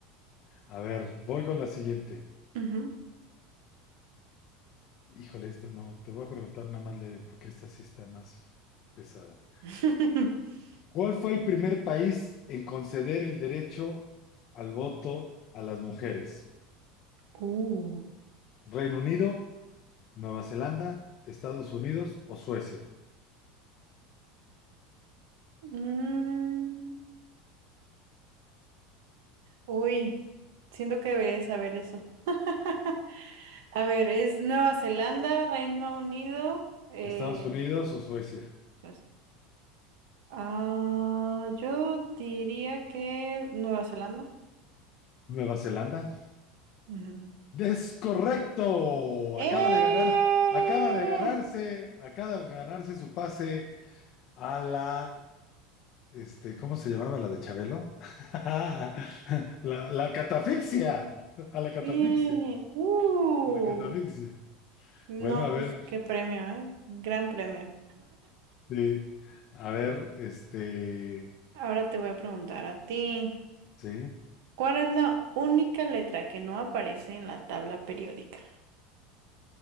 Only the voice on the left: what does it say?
A ver, voy con la siguiente.
Híjole, esta no, te voy a preguntar nada más leve, porque esta sí está más pesada.
¿Cuál fue el primer país en conceder el derecho al voto a las mujeres?
¿Reino Unido, Nueva Zelanda, Estados Unidos o Suecia?
Estados Unidos o Suecia.
Nueva Zelanda.
Es correcto.
Acaba de ganar, acaba de ganarse, acaba de ganarse su pase a la, este, ¿cómo se llamaba la de Chabelo? <laughs> La, la catafixia. A la catafixia.
A la catafixia.
Bueno, a ver.
Sí, a ver, este,
sí,